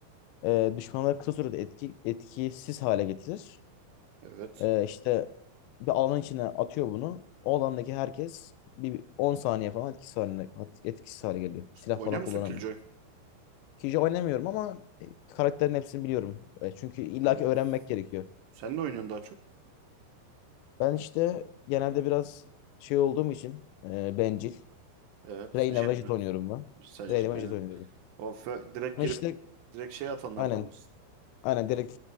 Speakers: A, on the left (about 85°); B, on the right (about 75°).
A: E, düşmanları kısa sürede etki, etkisiz hale getirir.
B: Evet.
A: Ee, işte bir alanın içine atıyor bunu. O alandaki herkes bir 10 saniye falan etkisiz haline, etkisiz hale geliyor. Silah
B: Oynuyor
A: falan
B: musun
A: kullanamıyor.
B: Killjoy?
A: Kişi oynamıyorum ama e, karakterin hepsini biliyorum. E, Çünkü illaki
B: Ha.
A: öğrenmek gerekiyor.
B: Sen de oynuyorsun daha çok.
A: Ben işte genelde biraz şey olduğum için e, bencil.
B: Evet.
A: Reyna
B: Jet
A: Vejit
B: mi?
A: oynuyorum ben.
B: Sadece.
A: Reyna Vejit oynuyorum.
B: O fö- direkt
A: Ama
B: girip
A: işte
B: direkt şey atanlardan
A: aynen
B: mısın?
A: aynen direkt